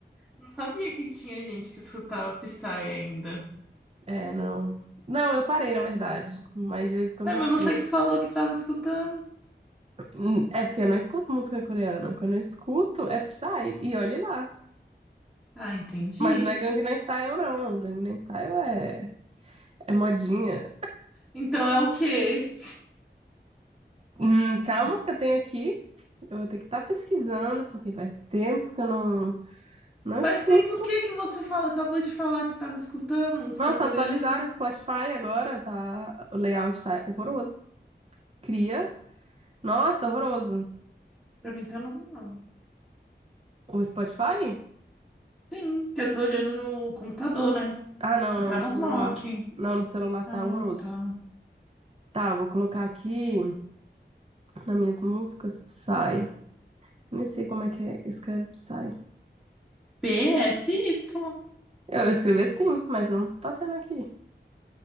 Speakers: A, in the centre; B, on the right (about 35°).
A: Não sabia que tinha gente que escutava Psy ainda.
B: É, não. Não, eu parei, na verdade. Mas de vez em quando
A: É,
B: eu
A: mas
B: escuto.
A: você que falou que tava escutando.
B: Hum, É porque eu não escuto música coreana. Quando eu escuto, é Psy. E olhe lá.
A: Ah, entendi.
B: Mas não é Gangnam Style, não. Gangnam Style é, é modinha.
A: Então é o quê?
B: Hum, calma que eu tenho aqui. Eu vou ter que estar pesquisando, porque faz tempo que eu não, não escuto.
A: Faz tempo que que você fala, acabou de falar que tava escutando música
B: Nossa,
A: coreana?
B: atualizaram o Spotify agora, tá? O layout tá horroroso. Cria. Nossa, horroroso.
A: Pra mim tá normal.
B: O Spotify?
A: Sim, que eu tô olhando no computador, né?
B: Ah, não, não,
A: Tá
B: no
A: normal
B: celular.
A: aqui.
B: Não, no celular
A: Ah,
B: tá horroroso.
A: tá.
B: Tá, vou colocar aqui nas minhas músicas Psy. Nem sei como é que é, escreve Psy.
A: PSY.
B: Eu, eu escrevi sim, mas não tá tendo aqui.